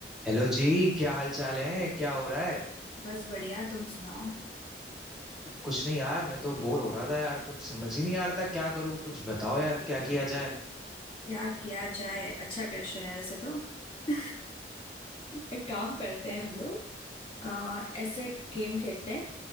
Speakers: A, in the centre; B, on the left (about 30°).
A: हेलो जी क्या हाल चाल है क्या हो रहा है
B: बस बढ़िया तुम सुनाओ
A: कुछ नहीं यार मैं तो बोर हो रहा था यार कुछ समझ ही नहीं आ रहा था क्या करूं कुछ बताओ यार क्या किया जाए
B: क्या किया जाए अच्छा क्वेश्चन है वैसे तो <laughs> एक काम करते हैं हम लोग अ, ऐसे गेम खेलते हैं